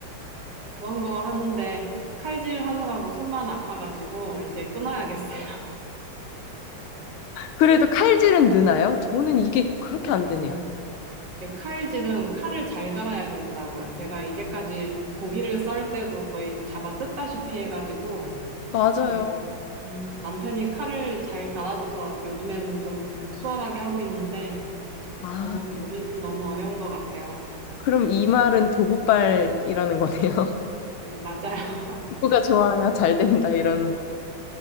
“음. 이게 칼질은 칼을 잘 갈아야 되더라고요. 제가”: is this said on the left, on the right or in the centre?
Right